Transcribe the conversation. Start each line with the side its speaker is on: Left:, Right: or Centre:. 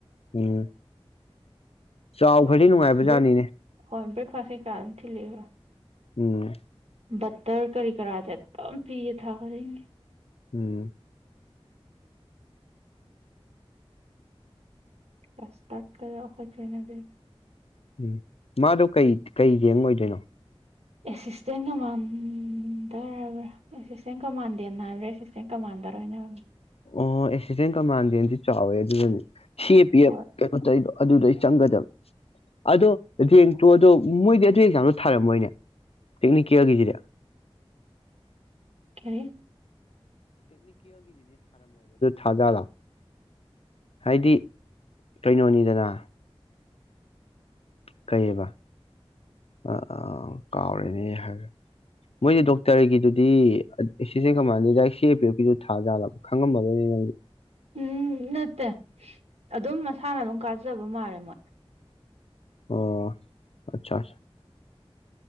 Left: ꯎꯝ ꯆꯥꯎ ꯍꯣꯏꯗꯤ ꯅꯨꯡꯉꯥꯏꯕꯖꯥꯠꯅꯤꯅꯦ
Right: ꯕ꯭ꯔꯦꯛ ꯍꯣꯏ ꯕ꯭ꯔꯦꯛꯐꯥꯁ ꯀꯩꯀꯥ ꯑꯗꯨꯝ ꯊꯤꯜꯂꯛꯑꯦꯕ
Left: ꯎꯝ
Right: ꯠꯇꯔ ꯀꯔꯤ ꯀꯔꯥꯗꯦ ꯑꯦꯝ ꯄꯤꯌꯦ ꯊꯥꯖꯅꯤꯡꯒꯦ
Left: ꯎꯝ
Right: ꯀꯁꯠꯀꯍꯖꯤꯅ ꯂꯩ
Left: ꯎꯝ ꯃꯥꯗꯣ ꯀꯩ ꯀꯩ ꯔꯦꯡꯛ ꯑꯣꯏꯗꯣꯏꯅꯣ
Right: ꯑꯦꯁꯤꯁꯇꯦꯟ ꯀꯃꯥꯟꯗꯔ ꯍꯥꯏꯕ꯭ꯔꯥ ꯑꯦꯁꯤꯁꯇꯦꯟ ꯀꯃꯥꯟꯗꯦꯟ ꯍꯥꯏꯕ꯭ꯔꯥ ꯑꯦꯁꯤꯁꯇꯦꯟ ꯀꯃꯥꯟꯗꯔ ꯍꯥꯏꯅꯕꯅꯦ
Left: ꯑꯣ ꯑꯦꯁꯤꯁꯇꯦꯟ ꯀꯃꯥꯟꯗꯦꯟꯗꯤ ꯆꯥꯎꯋꯦ ꯑꯗꯨꯅꯅꯤ ꯁꯤ ꯑꯦ ꯄꯤ ꯑꯦꯐ
Right: ꯍꯣꯏ
Left: ꯀꯩꯅꯣ ꯇꯧꯗꯣ ꯑꯗꯨꯗꯩ ꯆꯪꯒꯗꯕ ꯑꯗꯣ ꯔꯦꯡꯛꯇꯣ ꯑꯗꯣ ꯃꯣꯏꯗꯤ ꯑꯗꯨ ꯑꯦꯛꯖꯥꯝꯗꯣ ꯊꯥꯔꯝꯃꯣꯏꯅꯦ ꯇꯦꯛꯅꯤꯀꯦꯜꯒꯤꯁꯤꯗ
Right: ꯀ
Left: ꯊꯥꯖꯂꯣꯑꯣ ꯍꯥꯏꯗꯤ ꯀꯩꯅꯣꯅꯤꯗꯅ ꯀꯩꯕ ꯑ ꯑ ꯀꯥꯎꯔꯦꯅꯦ ꯍꯥꯏꯔꯦ ꯃꯣꯏꯁ ꯗꯣꯛꯇꯔꯒꯤꯗꯨꯗꯤ ꯑꯦꯁꯤꯁꯇꯦꯟ ꯀꯃꯥꯟꯦꯗ ꯁꯤ ꯑꯦ ꯄꯤ ꯑꯦꯐ ꯀꯤꯗꯨ ꯊꯥꯖꯥꯜꯂꯕ ꯈꯪꯉꯝꯃꯔꯣꯏꯅꯦ ꯅꯪꯗꯤ
Right: ꯎꯝ ꯅꯠꯇꯦ ꯑꯗꯨꯝ ꯃꯁꯥꯅ ꯑꯗꯨꯝ ꯀꯥꯖꯕ ꯃꯥꯜꯂꯦ ꯃꯣꯏ
Left: ꯑꯣ ꯑꯆꯥ